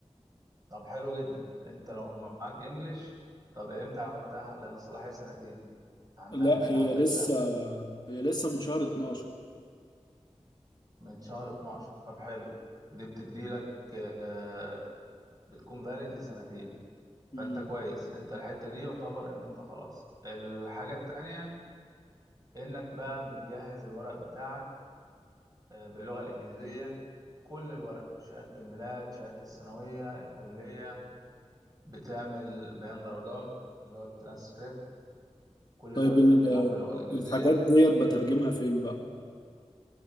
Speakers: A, on the right (about 35°); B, on the left (about 35°).
A: طب حلو جدا أنت لو معاك إنجليش طب إمتى عملتها لأن الصلاحية سنتين امتحنتها
B: لا
A: امتحنت
B: هي لسه
A: إمتى
B: هي لسه من شهر 12
A: من شهر 12 طب حلو دي بتديلك آه، بتكون فاليد لسنتين
B: امم
A: فانت كويس انت الحتة دي يعتبر ان انت خلاص الحاجة التانية انك بقى بتجهز الورق بتاعك آه، باللغة الانجليزية كل الورق شهادة الميلاد شهادة الثانوية الكلية بتعمل بيان درجات اللي هو الترانسكريبت كل
B: طيب
A: ده بتخليه
B: ال-
A: معاك باللغة الانجليزية
B: الحاجات ديت بترجمها فين بقى